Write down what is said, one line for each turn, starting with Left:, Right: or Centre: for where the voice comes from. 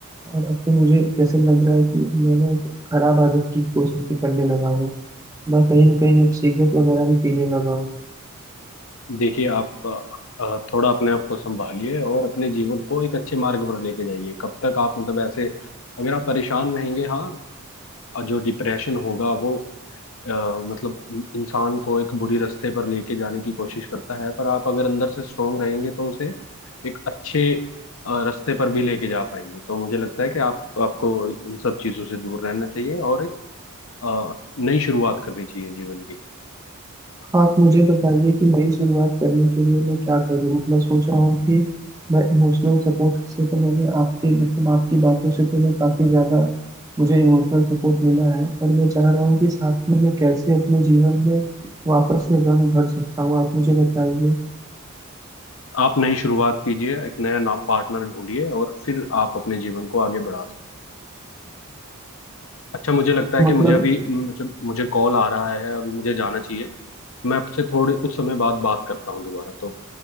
Right: और अब तो मुझे जैसे लग रहा है कि मैंने एक खराब आदत की कोशिश भी करने लगा हूँ मैं कहीं ना कहीं अब सिगरेट वगैरह भी पीने लगा हूँ
Left: देखिए आप अ, थोड़ा अपने आप को संभालिए और अपने जीवन को एक अच्छे मार्ग पर लेके जाइए कब तक आप मतलब ऐसे अगर आप परेशान रहेंगे हाँ और जो डिप्रेशन होगा वो अ, मतलब इन- इंसान को एक बुरी रास्ते पर लेके जाने की कोशिश करता है पर आप अगर अंदर से स्ट्रोंग रहेंगे तो उसे एक अच्छे अ, रास्ते पर भी लेके जा पाएंगे तो मुझे लगता है कि आप आपको इन सब चीजों से दूर रहना चाहिए और एक अ, नई शुरुआत करनी चाहिए जीवन की
Right: आप मुझे बताइए कि नई शुरुआत करने के लिए मैं क्या करूँ मैं सोच रहा हूँ कि मैं इमोशनल सपोर्ट से तो मैंने आपके मतलब आपकी बातों से तो मैं काफ़ी ज़्यादा मुझे इमोशनल सपोर्ट मिला है पर मैं चाह रहा हूँ कि साथ में मैं कैसे अपने जीवन में वापस से रंग भर सकता हूँ आप मुझे बताइए
Left: आप नई शुरुआत कीजिए एक नया नाप पार्टनर ढूंढिए और फिर आप अपने जीवन को आगे बढ़ा सकते अच्छा मुझे लगता
Right: तो
Left: है कि
Right: मतलब
Left: मुझे अभी मतलब मुझे कॉल आ रहा है अभी मुझे जाना चाहिए मैं आपसे थोड़े कुछ समय बाद बात करता हूँ दोबारा तो